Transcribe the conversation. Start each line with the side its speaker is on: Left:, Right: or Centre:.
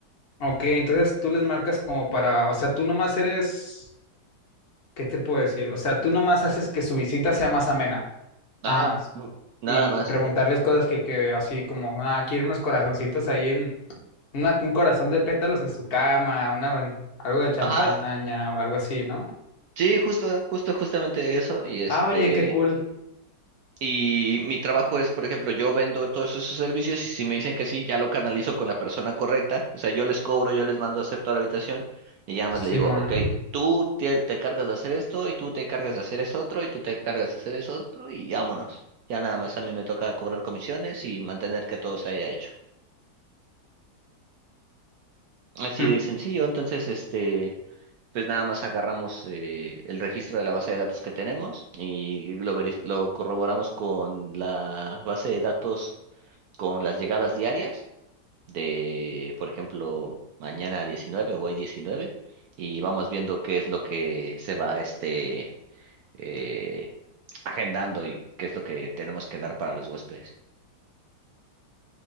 Left: Ok, entonces tú les marcas como para, o sea, tú nomás eres, ¿qué te puedo decir? O sea, tú nomás haces que su visita sea más amena.
Right: Ajá,
Left: nada más.
Right: mm, nada
Left: Y
Right: más.
Left: preguntarles cosas que, que así como, ah, quiero unos corazoncitos ahí en, una, un corazón de pétalos en su cama, una, algo de champaña
Right: Ajá,
Left: o algo así, ¿no?
Right: sí, justo, justo, justamente eso y este...
Left: Ah, oye, qué cool,
Right: Y mi trabajo es, por ejemplo, yo vendo todos esos servicios y si me dicen que sí, ya lo canalizo con la persona correcta. O sea, yo les cobro, yo les mando a hacer toda la habitación y ya más le
Left: Simón.
Right: digo, ok, tú te, te encargas de hacer esto y tú te encargas de hacer eso otro y tú te encargas de hacer eso otro y vámonos. Ya nada más a mí me toca cobrar comisiones y mantener que todo se haya hecho. Así
Left: Mm,
Right: de sencillo. Entonces, este, pues nada más agarramos eh, el registro de la base de datos que tenemos y lo, verif- lo corroboramos con la base de datos con las llegadas diarias de, por ejemplo, mañana 19 o hoy 19 y vamos viendo qué es lo que se va este eh, agendando y qué es lo que tenemos que dar para los huéspedes.